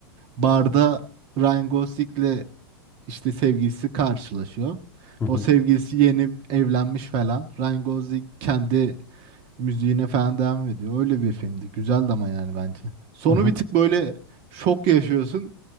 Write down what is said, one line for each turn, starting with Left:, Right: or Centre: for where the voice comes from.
Right: barda Ryan Gosling'le işte sevgilisi karşılaşıyor.
Left: hı hı.
Right: O sevgilisi yeni evlenmiş falan. Ryan Gosling kendi müziğine falan devam ediyor. Öyle bir filmdi. Güzeldi ama yani bence. Sonu
Left: Bu
Right: bir tık böyle şok yaşıyorsun